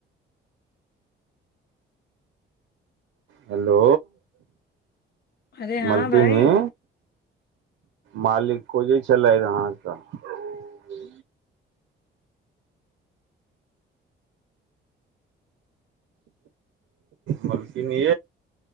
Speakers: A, on the right; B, on the left.
A: हेलो
B: अरे हँ
A: मलकी
B: भाई
A: ह मालिक को जे चलइ ह तऽ ह मलकिने